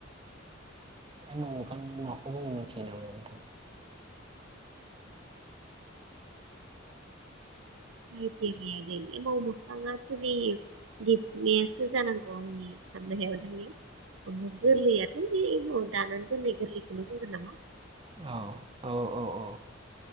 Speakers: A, on the right (about 25°); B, on the right (about 75°).
A: एमाव मोखां माखौ होनो मिथियो नामा?
B: <unintelligible> एमाव मोखाङा देप्रुनायासो जानांगौ आंनि साननायाव गोरलैयाथ'बे एमाव दानानानै दोनै गोरलैखौनो बुंगोन नामा?
A: औ औ औ औ